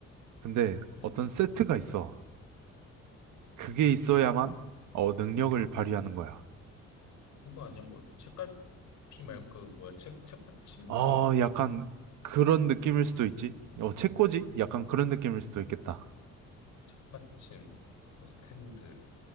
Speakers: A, on the right; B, on the left.
A: 근데
B: 응.
A: 어떤 세트가 있어. 그게 있어야만 어, 능력을 발휘하는 거야.
B: 그거 아니야? 뭐 책갈피 말고 그 뭐야? 책 책받침?
A: 어, 약간 그런 느낌일 수도 있지. 어, 책꽂이?
B: 이런
A: 약간 그런 느낌일 수도 있겠다.
B: 책받침, 뭐 스탠드